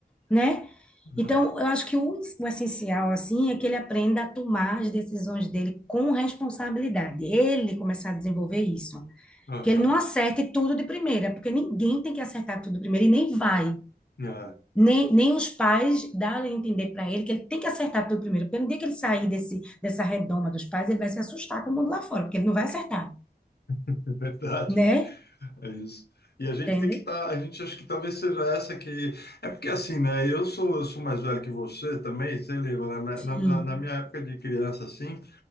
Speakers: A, in the centre; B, on the left.
A: né?
B: Uhum.
A: Então, eu acho que o, o essencial, assim, é que ele aprenda a tomar as decisões dele com responsabilidade. Ele começar a desenvolver isso.
B: Uhum.
A: Que ele não acerte tudo de primeira, porque ninguém tem que acertar tudo primeiro e nem vai
B: É
A: nem, nem os pais darem a entender para ele que ele tem que acertar tudo primeiro, porque no dia que ele sair desse, dessa redoma dos pais, ele vai se assustar com o mundo lá fora, porque ele não vai acertar,
B: é verdade.
A: né?
B: né? É isso. E a gente
A: Entende?
B: tem que estar, a gente acha que talvez seja essa que. É porque assim, né? Eu sou, eu sou mais velho que você também, você lembra, né?
A: Sim,
B: Na, na, na minha época de criança, assim,